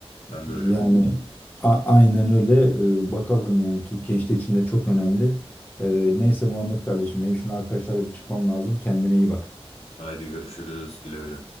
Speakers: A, on the left; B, on the left.
A: Ben
B: Yani
A: de öyle umuyorum.
B: a- aynen öyle E, bakalım yani Türk gençliği için de çok önemli. E, neyse Muhammed kardeşim benim şimdi arkadaşlarla bir çıkmam lazım. Kendine iyi bak.
A: Haydi görüşürüz. Güle güle.